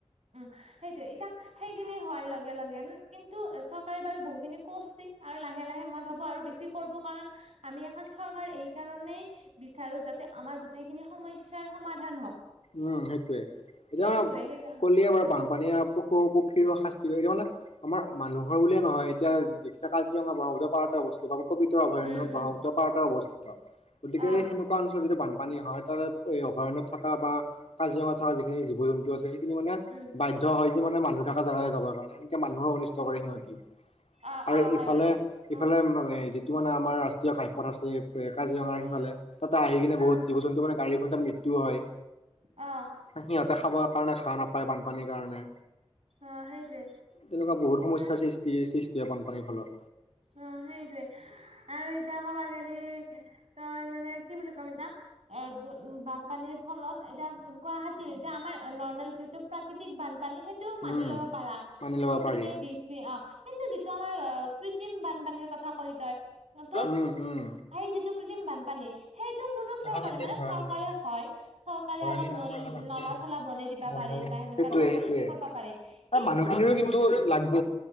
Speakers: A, on the right; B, on the left.
A: উম সেইটোয়ে এতিয়া সেইখিনি হোৱাৰ লগে লগে উ কিন্তু চৰকাৰে বাৰু বহুখিনি কৰছিল। আৰু লাহে লাহে মই ভাবো আৰু বেছি কৰিব কাৰণ আমি এখন চৰকাৰ এই কাৰণেই বিচাৰো যাতে আমাৰ গোটেইখিনি সমস্যাৰ সমাধান হওক
B: উম সেইটোয়ে এতিয়া
A: সেইটোৱে সেইকা
B: কলিয়া বাৰু
A: অ',
B: বানপানীয়ে পশু পক্ষীৰো শাস্তি এতিয়া মানে আমাৰ মানুহৰ বুলিয়ে নহয় এতিয়া দীশা কাজিৰঙা ব্ৰহ্মপুত্ৰ পাৰত অৱস্থিত বা পবিতাৰ অভয়ণ্য
A: উম, উম,
B: ব্ৰহ্মপত্ৰৰ পাৰত অৱস্থিত গতিকে
A: অ',
B: সেনেকুৱা অঞ্চল যিটো বান পানী হয় তাৰে অভয়াৰণ্য থকা বা কাজিৰঙা থকা যিখিনি জীৱ জন্তু আছে সিনি মানে
A: উম,
B: বাধ্য হয় যে মানে মানুহ থকা জেগালৈ যাব কাৰণে সেনেকে মানুহৰ অনিষ্ট কৰে সিহঁতি
A: অ',
B: আৰু
A: অ', হয়
B: ইফালে
A: বাৰু।
B: সিফালে
A: উম,
B: মানে য তটো মানে আমাৰ ৰাষ্ট্ৰীয় ঘাইপথ আছে কাজিৰঙা
A: উম,
B: সিফালে তাতে আহি কিনে
A: অ',
B: বহুত জীৱ জন্তটো মানে গাড়ীখন তাত মৃত্যও হয়
A: অ',
B: সিহঁতে খাবৰ কাৰণে ঘাঁ নাপায় বানপানীৰ কাৰণে
A: অ', সেইটোৱে
B: তেনেকুৱা বহুত সমস্যাৰ
A: অ'।
B: সৃষ্টি সৃষ্টি হয় বানপানীৰ ফলত
A: অ সেইটোৱে আৰু এতিয়া ক'বা গলি তই মানে কি বুলি ক'ম এতিয়া এ উ বানপানীৰ ফলত এতিয়া গুৱাহাটীৰ এতিয়া আমাৰ নৰ্মেল যিহেতু প্ৰাকৃতি বান পানী সেইটো মানি
B: উম
A: ল'ব পাৰা
B: মানি ল'ব
A: প্ৰকৃতিয়ে
B: পাৰি
A: দৃষ্টি অ কিন্তু যিটো আমাৰ কৃত্ৰিম বানপানীৰ কথা ক'লি তই ত
B: উম উম
A: সেই যিটো কৃত্ৰিম বানপানী সেই কোনো চৰকাৰে
B: এখন আছে
A: মানে
B: ভৰালি
A: চৰকাৰে
B: নাম
A: হয় চৰকাৰে
B: ভৰালি
A: অলপ
B: নামৰ
A: নল
B: এখন আছে
A: নলা চলা বনাই দিবা
B: বন্ধ
A: পাৰে বা সেনে তেনেকুৱা
B: সেইটোৱে
A: ধৰণৰ
B: সেইটোৱে
A: এইখিনি কৰিবা পাৰে
B: আৰু
A: কিন্তু
B: মানুহখিনিৰো কিন্তু লাগব